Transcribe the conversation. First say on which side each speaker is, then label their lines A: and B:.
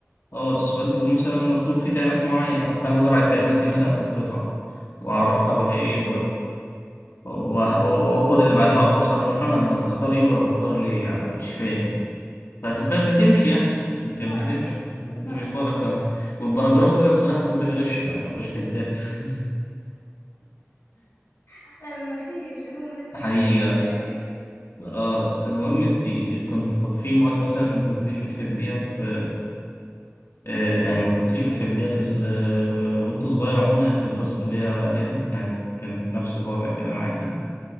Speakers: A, on the left; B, on the left.
A: اه السؤال بيبقى مثلا مكتوب فيه كلمات معينه فانا بدور على الكلمات دي مثلا في القطعه واعرفها بقى ايه وأح- و- واخد اللي بعدها اصلا انا مش فاهم انا ب- بختار ايه ولا بختار ليه يعني انا مش فاهم ف-
B: <laughs>
A: وكانت
B: آه،
A: بتمشي يعني
B: بالبركة
A: كانت بتمشي
B: بالبركة
A: بالبركه والبراجراف بقى بصراحه كنت بغشه يعني مش كداب <laughs>
B: احلى من ما فيش المهم ان انت
A: حقيقة
B: كنت بتجيب درجات
A: اه المهم انت كنت طب في مواد مثلا ما كنتيش بتحبيها في آه يعني ما كنتيش بتحبيها في ال آه، وانت صغير عموما يعني في الدراسة الابتدائية او اعدادي يعني كان نفس الوضع كده معاكي